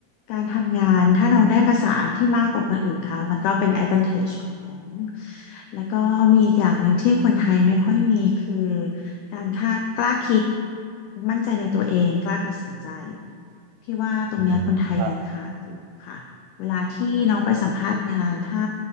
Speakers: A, on the left; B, on the right.
A: การทำงานถ้าน้องได้ภาษาที่มากกว่าคนอื่นเขามันก็เป็น advantage ของน้อง แล้วก็มีอีกอย่างหนึ่งที่คนไทยไม่ค่อยมีคือการค่ากล้าคิด มั่นใจในตัวเองกล้าตัดสินใจพี่ว่าตรงเนี้ยคนไทยยังขาดอยู่ค่ะเวลาที่น้องไปสัมภาษณ์งานถ้า
B: อืม